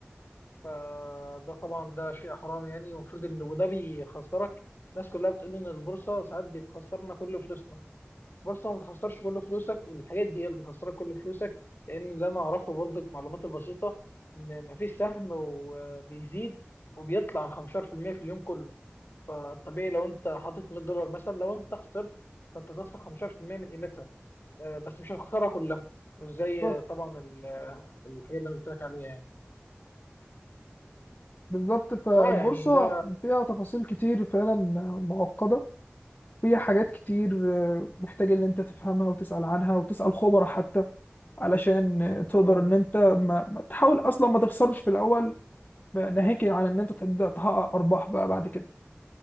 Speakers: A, on the left; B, on the left.
A: فده طبعا ده شيء حرام يعني المفروض ان وده بيخسرك الناس كلها بتقول ان البورصه ساعات بتخسرنا كل فلوسنا بورصة ما بتخسرش كل فلوسك الحاجات دي هي اللي بتخسرك كل فلوسك لأن اللي أنا أعرفه برضك معلومات البسيطة إن مفيش سهم وبيزيد وبيطلع عن 15% في المية في اليوم كله فالطبيعي لو أنت حاطط 100 دولار مثلا لو أنت خسرت فأنت تخسر 15% من قيمتها آه، بس مش هتخسرها كلها مش زي
B: بالظبط
A: طبعا ال- الحاجة اللي أنا قلت لك عليها يعني
B: بالظبط فالبورصة
A: فأه يعني ده
B: فيها تفاصيل كتير فعلا معقدة فيها حاجات كتير آه، محتاج ان انت تفهمها وتسأل عنها وتسأل خبراء حتى علشان آه، تقدر
A: أه
B: ان انت ما ما تحاول اصلا ما تخسرش في الاول ناهيك عن ان انت تبدأ تحقق ارباح بقى بعد كده